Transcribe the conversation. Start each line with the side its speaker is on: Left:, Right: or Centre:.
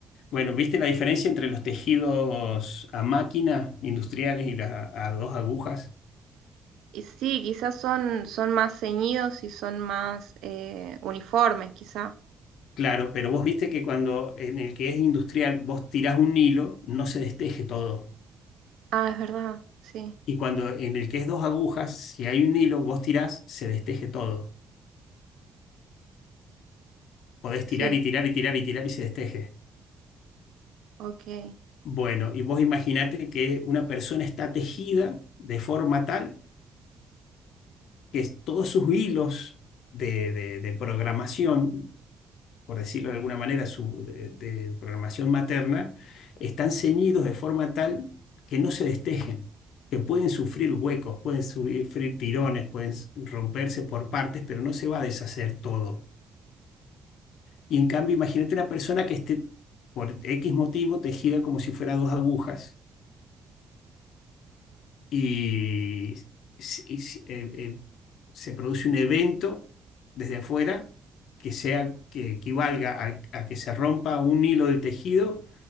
Left: Bueno, ¿viste la diferencia entre los tejidos a máquina industriales y las a dos agujas?
Right: Y sí, quizás son, son más ceñidos y son más eh, uniformes, quizás.
Left: Claro, pero vos viste que cuando en el que es industrial vos tirás un hilo, no se desteje todo.
Right: Ah, es verdad, sí,
Left: Y cuando en el que es dos agujas, si hay un hilo, vos tirás, se desteje todo. Podés tirar
Right: sí,
Left: y tirar y tirar y tirar y se desteje.
Right: ok.
Left: Bueno, y vos imaginate que una persona está tejida de forma tal que todos sus hilos de, de- de programación por decirlo de alguna manera, su, de, de programación materna, están ceñidos de forma tal que no se destejen, que pueden sufrir huecos, pueden sufrir tirones, pueden romperse por partes, pero no se va a deshacer todo. Y en cambio, imagínate una persona que esté por X motivo tejida como si fuera dos agujas y, s- y eh, eh, se produce un evento desde afuera que sea, que equivalga a, a que se rompa un hilo del tejido